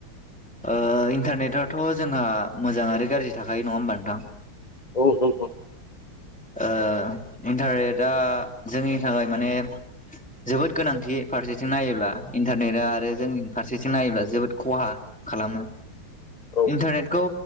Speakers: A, in the centre; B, on the left.
A: ओ इन्टारनेटथ' जोंहा मोजां आरो गाज्रि थाखायो नङा होमबा नोंथां।
B: औ नंगौ।
A: ओ इन्टारनेटआ जोंनि थाखाय माने जोबोद गोनांथि फारसेथिं नायोब्ला इन्टारनेटआ आरो जोंनि फारसेथिं नायोब्ला जोबोद खहा खालामो।
B: औ
A: इन्टारनेटखौ